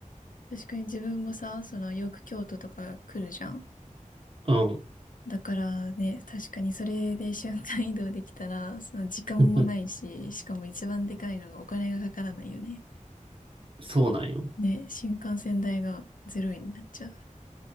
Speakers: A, on the left; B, on the right.
A: 確かに自分もさ、その、よく京都とか来るじゃん。
B: うん。
A: だからね、確かにそれで瞬間移動できたら、その時間もないし、
B: <laughs>
A: しかも一番でかいのがお金がかからないよね。
B: そうなんよ。
A: ね、新幹線代がゼロ円になっちゃう。